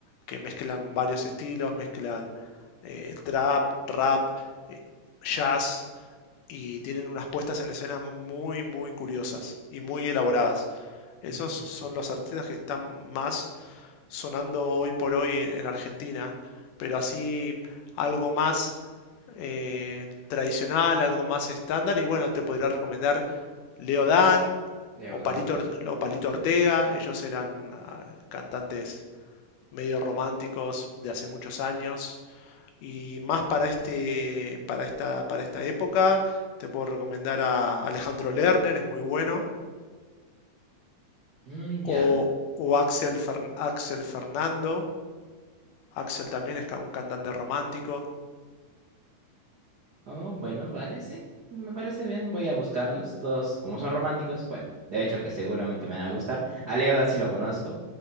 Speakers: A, on the left; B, on the right.
A: que mezclan varios estilos, mezclan eh, trap, rap, eh, jazz, y tienen unas puestas en escena muy, muy curiosas y muy elaboradas. Esos
B: Mm.
A: so, son los artistas que están más sonando hoy por hoy en, en Argentina, pero así algo más eh, tradicional, algo más estándar, y bueno, te podría recomendar Leo Dan
B: Leodán.
A: o Palito, o Palito Ortega, ellos eran ah, cantantes medio románticos de hace muchos años, y más para este, para esta, para esta época, te puedo recomendar a Alejandro Lerner, es muy bueno.
B: Mm, ya.
A: o, o Axel, Fer- Axel Fernando. Axel también es un cantante romántico.
B: Oh, bueno, vale, sí. Me parece bien. Voy a buscarlos. Todos, como son románticos, bueno, de hecho que seguramente me van a gustar. A Leodán sí lo conozco.